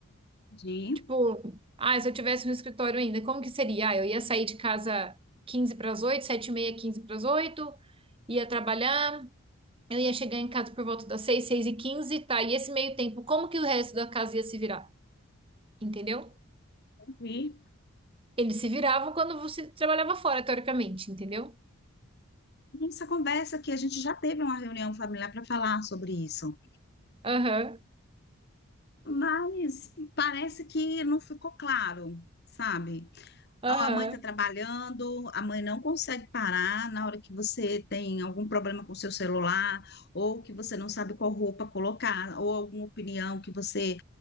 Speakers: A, on the left; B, on the right.
A: De
B: Tipo, ah, se eu tivesse no escritório ainda, como que seria? Ah, eu ia sair de casa quinze para as oito, sete e meia, quinze para as oito, ia trabalhar, Eu ia chegar em casa por volta das 6, 6 e 15, tá? E esse meio tempo, como que o resto da casa ia se virar? Entendeu?
A: ouvir.
B: Eles se viravam quando você trabalhava fora, teoricamente, entendeu?
A: Essa conversa aqui, a gente já teve uma reunião familiar para falar sobre isso,
B: Aham,
A: mas parece que não ficou claro, sabe?
B: aham,
A: Ó, A mãe está trabalhando, a mãe não consegue parar na hora que você tem algum problema com o seu celular, ou que você não sabe qual roupa colocar, ou alguma opinião que você